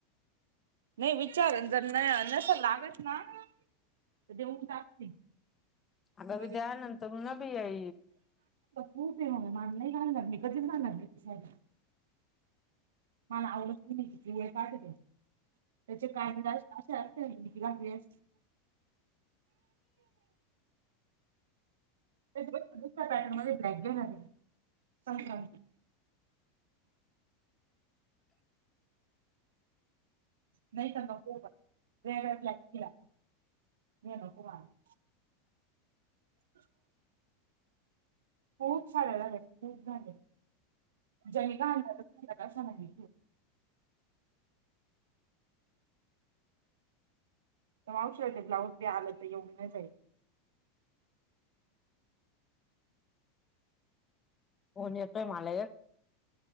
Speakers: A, on the right; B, on the left.
A: नाही विचारन जर न नसल लागत ना तर देऊन टाक ती
B: अगं
A: <unintelligible>
B: विद्या नंतर न बी आई
A: खूप म माझं नाही घालणार कधीच घालणार नाही ती साडी. मला आवडतं बी नाही तिचे <unintelligible> त्याचे काढणार अशा असलं मी घातली असलं. त्याच्यापेक्षा दुसया पॅटर्न मध्ये ब्लॅक घेणारयं संक्रांती नाही तर नको पण वेगळा ब्लॅक <unintelligible> नको मार -- <inaudible> खूप साड्या झाल्या. खूप झाल्या. जानी घालणारत <unintelligible> अशा मध्ये मावशी आल, ब्लाऊज बी आलं तर येऊन घेवून जाईल.
B: कोण येतय म्हणालय